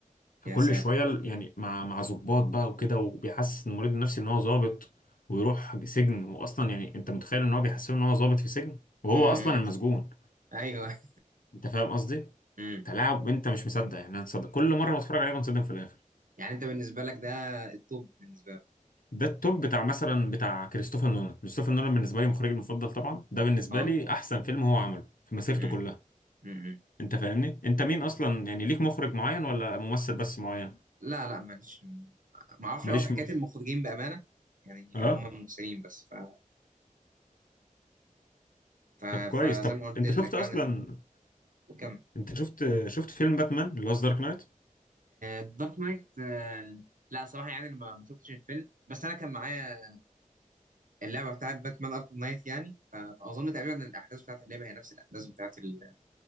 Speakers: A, on the left; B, on the right.
A: فكل
B: يا ساتر
A: شويه ال- يعني مع مع ضباط بقى وكده وبيحسس المريض النفسي ان هو ضابط ويروح سجن واصلا يعني انت متخيل ان هو بيحسسه ان هو ضابط في سجن وهو
B: امم
A: اصلا المسجون
B: ايوه
A: انت فاهم قصدي
B: امم
A: تلاعب انت مش مصدق يعني انا مصدق كل مره بتفرج عليه بنصدم في الاخر
B: يعني انت بالنسبة لك ده التوب بالنسبة لك
A: ده التوب بتاع مثلا بتاع كريستوفر نولان كريستوفر نولان بالنسبه لي مخرجي المفضل طبعا ده بالنسبه
B: اه
A: لي احسن فيلم هو عمله في مسيرته
B: امم
A: كلها
B: امم
A: انت فاهمني انت مين اصلا يعني ليك مخرج معين ولا ممثل بس معين
B: لا لا معلش ما اعرفش
A: ماليش
B: قوي في حكاية
A: م...
B: المخرجين بأمانة يعني
A: اه
B: هم ممثلين بس ف... ف...
A: طب كويس
B: فزي
A: طب
B: ما قلت
A: انت
B: لك
A: شفت اصلا
B: يعني كم
A: انت شفت شفت فيلم باتمان اللي هو دارك نايت
B: دارك نايت آه... Dark Knight، آه، لا صراحة يعني ما ما شفتش الفيلم بس انا كان معايا اللعبه بتاعت باتمان اركم نايت يعني ف- فاظن تقريبا إن الاحداث بتاعت اللعبه هي نفس الاحداث بتاعت ال...